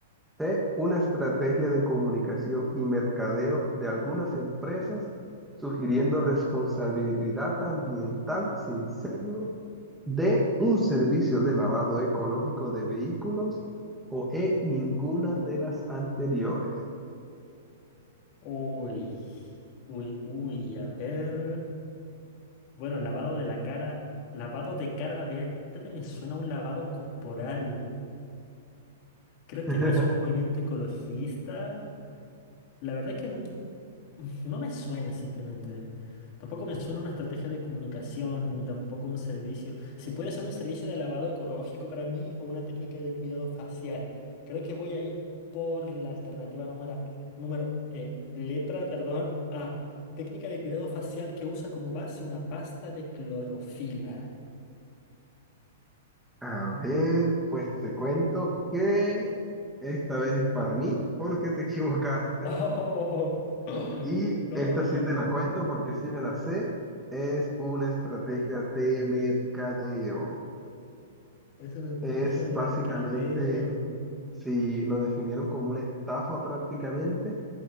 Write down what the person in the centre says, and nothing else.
C, una estrategia de comunicación y mercadeo de algunas empresas sugiriendo responsabilidad ambiental sin serlo. D, un servicio de lavado ecológico de vehículos. O E, ninguna de las anteriores.
<laughs>
A ver, pues te cuento que esta vez es para mí porque te equivocaste.
Y
esta sí te la cuento porque sí me la sé. Es una estrategia de mercadeo.
Es
básicamente,
si lo definieron como una estafa prácticamente,